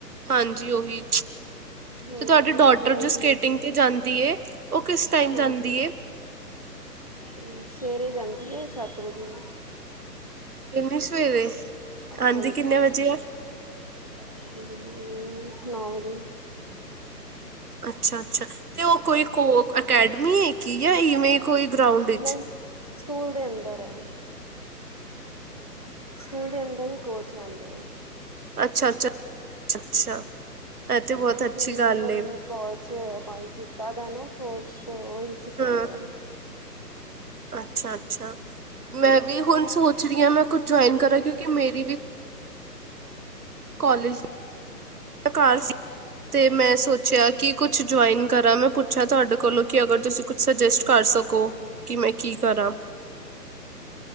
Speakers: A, on the right (about 65°); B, on the left (about 25°).
A: ਹਾਂਜੀ ਓਹੀ,
B: ਹਮ
A: ਤੇ ਤੁਆਡੀ
B: ਨਾਲੇ
A: ਡੋਟਰ
B: ਫੇਰ ਇਹ
A: ਜੋ ਸਕੇਟਿੰਗ
B: ਵੀ
A: ਤੇ ਜਾਂਦੀ ਏ। ਉਹ ਕਿਸ ਟਾਈਮ
B: ਹਾਂਜੀ,
A: ਜਾਂਦੀ ਏ?
B: ਹੁੰ ਸਵੇਰੇ ਜਾਂਦੀ ਏ ਸੱਤ ਵਜੇ ਨਾਲ।
A: ਇੰਨੀ ਸਵੇਰੇ ਆਂਦੀ
B: ਹਾਂਜੀ।
A: ਕਿੰਨੇ ਵਜੇ ਆ?
B: <unintelligible>
A: ਅੱਛਾ-ਅੱਛਾ ਤੇ ਉਹ ਕੋਈ ਕੋ ਅਕੈਡਮੀ ਏ ਕੀ ਏ ਇਵੇਂ। ਕੋਈ ਗਰਾਊਂਡ। ਵਿੱਚ?
B: ਨਈ ਸਕੂਲ ਦੇ ਅੰਦਰ ਐ। ਸਕੂਲ ਦੇ ਅੰਦਰ ਈ ਕੋਚ ਆਉਂਦੇ ਐ।
A: ਅੱਛਾ-ਅੱਛਾ ਅੱਛਾ-ਅੱਛਾ ਐ ਤੇ ਬੋਤ
B: ਹਾਂ ਸਕੂਲ
A: ਅੱਛੀ ਗੱਲ
B: ਦੇ ਅੰਦਰ
A: ਏ।
B: ਮੈਨੂੰ ਕੋਚ ਅਪਾਇੰਟ ਕੀਤਾ ਦੈ ਨਾ ਕੋਚ ਤੇ ਓਹੀ ਸਿਖਾਂਦੈ
A: ਹੂੰ,
B: ਨੇ।
A: ਅੱਛਾ-ਅੱਛਾ, ਮੈਂ ਵੀ ਹੁਨ ਸੋਚ ਰੀ ਆਂ ਮੈਂ ਕੁੱਜ ਜੋਇਨ ਕਰਾਂ ਕਿਓਂਕਿ ਮੇਰੀ ਵੀ ਕੋਲੇਜ ਮੈ ਘਾਰ ਸੀ ਤੇ ਮੈਂ ਸੋ ਚਿਆ ਕਿ ਕੁੱਛ ਜੋਇਨ ਕਰਾਂ, ਮੈਂ ਪੁੱਛਾ ਤੁਹਾਡੇ ਕੋਲੋਂ ਕਿ ਅਗਰ ਤੁਸੀਂ ਕੁਛ ਸਜੈਸਟ ਕਰ ਸਕੋ, ਕਿ ਮੈਂ ਕੀ ਕਰਾਂ?